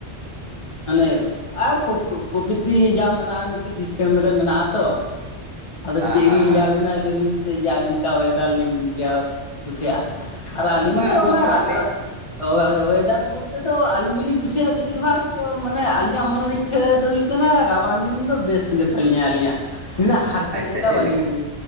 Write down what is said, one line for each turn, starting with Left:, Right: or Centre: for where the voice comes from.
Left: ᱢᱟᱱᱮ ᱟᱨ ᱯᱩᱠᱼᱯᱨᱚᱠᱤᱛᱤ ᱡᱟ ᱢᱮᱱᱟᱜᱼᱟ ᱢᱤᱫᱴᱤᱡ ᱥᱤᱥᱴᱮᱢ ᱨᱮ ᱢᱮᱱᱟᱜᱼᱟ ᱛᱚ ᱟᱫᱚ
Right: ᱦᱮᱸ
Left: ᱪᱮᱫ
Right: ᱦᱮᱸ
Left: ᱞᱤᱧ ᱞᱟᱹᱭ ᱟᱵᱤᱱᱟ ᱞᱟᱹᱭ ᱵᱤᱱ ᱥᱮ ᱡᱮ ᱟᱹᱞᱤᱧ ᱪᱮᱫ ᱠᱟ ᱳᱭᱮᱫᱟᱨ ᱞᱤᱧ ᱤᱭᱟᱹ ᱠᱩᱥᱤᱭᱟᱜᱼᱟ᱾ ᱟᱨ ᱟᱹᱞᱤᱧ
Right: ᱵᱟᱝ
Left: ᱫᱚ
Right: ᱟᱫᱚ
Left: ᱚᱱᱟ
Right: ᱦᱟᱸᱜ
Left: ᱨᱟᱜ,
Right: ᱞᱟᱹᱭ
Left: ᱨᱟ ᱚᱭᱮᱫᱟᱨ ᱵᱚᱞᱛᱮ ᱫᱚ ᱟᱹᱞᱤᱧ ᱫᱚᱞᱤᱧ ᱠᱩᱥᱤᱭᱟᱜᱼᱟ ᱵᱮᱥᱤᱨ ᱵᱷᱟᱜᱽ ᱛᱚ ᱢᱟᱱᱮ ᱟᱹᱞᱤᱧᱟᱜ ᱢᱚᱱᱮᱨ ᱤᱪᱪᱷᱟᱹ ᱫᱚ ᱦᱩᱭᱩᱜ ᱠᱟᱱᱟ, ᱨᱟᱵᱟᱝ ᱫᱤᱱ ᱫᱚ ᱵᱮᱥ ᱜᱮ ᱛᱟᱞᱤᱧᱟ ᱟᱹᱞᱤᱧᱼᱟᱜ᱾ <unintelligible> ᱦᱟᱨᱠᱮᱛ
Right: ᱟᱪᱪᱷᱟ
Left: ᱞᱮᱠᱟ
Right: ᱪᱮᱫ
Left: ᱵᱟᱹᱞᱤᱧ